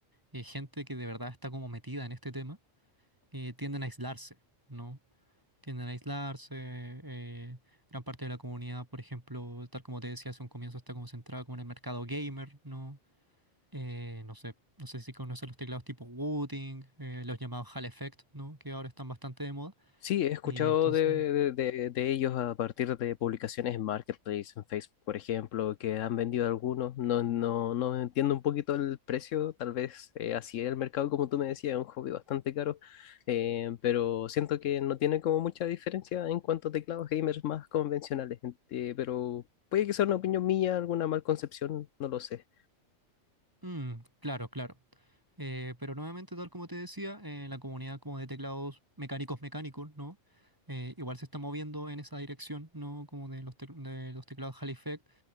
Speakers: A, on the right; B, on the left.
A: eh, gente que de verdad está como metida en este tema eh, tienden a aislarse, ¿no? tienden a aislarse, eh, gran parte de la comunidad, por ejemplo, tal como te decía hace un comienzo, está como concentrada como en el mercado gamer, ¿no? Eh, no sé, no sé si conoces los teclados tipo Wooting, eh, los llamados Hall Effect, ¿no? Que ahora están bastante de moda.
B: Sí, he escuchado
A: Y entonces,
B: de, de- de- de ellos a partir de publicaciones en Marketplace, en Facebook, por ejemplo, que han vendido algunos. No, no, no entiendo un poquito el precio, tal vez eh, así es el mercado, como tú me decías, es un hobby bastante caro, eh, pero siento que no tiene como mucha diferencia en cuanto a teclados gamers más convencionales, eh, pero puede que sea una opinión mía, alguna mal concepción, no lo sé.
A: mm, claro, claro. Eh, pero nuevamente, tal como te decía, eh, la comunidad como de teclados mecánicos mecánicos, ¿no? Eh, igual se está moviendo en esa dirección, ¿no? Como de los, tec- de los teclados Hall Effect